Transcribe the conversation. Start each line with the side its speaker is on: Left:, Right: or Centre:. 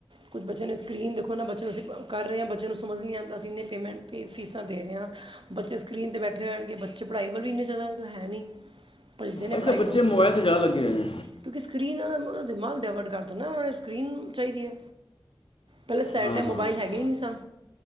Right: ਕੁਝ ਬੱਚੈਆਂ ਨੂੰ ਸਕਰੀਨ ਦੇਖੋ ਨਾ ਬੱਚੇਆਂ ਨੂੰ ਅਸੀ ਕਰ ਰੇ ਆਂ। ਬੱਚੇਆਂ ਨੂੰ ਸਮਝ ਨਾ ਆਂਦਾ ਅਸੀ ਏਨੇ ਪੇਮੈਂਟ ਪੇ ਫੀਸਾਂ ਦੇ ਰੇ ਆਂ। ਬੱਚੇ ਸਕਰੀਨ ਤੇ ਬੈਠੇ ਰੈਣਗੇ ਬੱਚੇ ਪੜਾਈ ਵੱਲ ਇੰਨੇ ਜਾਦਾ ਹੈ ਨੀ। ਭੱਜਦੇ ਨੇ
Left: ਅੱਜ
Right: ਪੜ੍ਹਾਈ
Left: ਕੱਲ੍ਹ ਬੱਚੇ
Right: ਤੋਂ।
Left: ਮੋਬਾਈਲ ਤੇ ਜ਼ਿਆਦਾ ਲੱਗੇ ਹੋਏ ਨੇ
Right: ਕਿਉਂਕਿ ਸਕਰੀਨ ਮਤਲਵ‌ ਦਿਮਾਗ ਡਾਇਵਰਟ ਕਰਤਾ ਨਾ ਸਕਰੀਨ ਚਾਈਦੀ ਐ। ਪੈਲੇ ਸੈ
Left: ਹਾਂ
Right: ਟੈਮ
Left: ਹਾਂ
Right: ਮੋਬਾਈਲ ਹੈਗੇ ਈ ਨੀ ਸਾਂ।